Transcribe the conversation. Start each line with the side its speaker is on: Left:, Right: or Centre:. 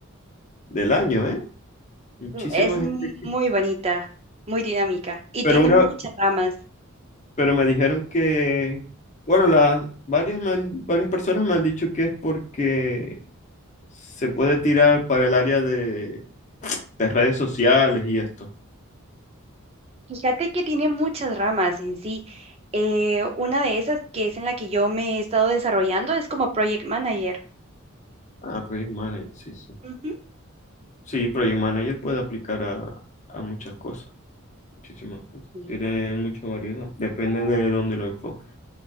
Left: del año, ¿eh? Muchísima
Right: Mm, Es
Left: gente que,
Right: muy bonita, muy dinámica y
Left: pero
Right: tiene
Left: una,
Right: muchas ramas.
Left: pero me dijeron que, bueno, las varias, me han- varias personas me han dicho que es porque Se puede tirar para el área de, de redes sociales y esto.
Right: Fíjate que tiene muchas ramas en sí. Eh, una de esas que es en la que yo me he estado desarrollando es como project manager.
Left: Ah, Project Manager, sí, sí.
Right: Ujú,
Left: Sí, Project
Right: sí,
Left: Manager puede aplicar a, a muchas cosas, muchísimas cosas.
Right: sí.
Left: Tiene mucha variedad, depende de dónde lo enfoques.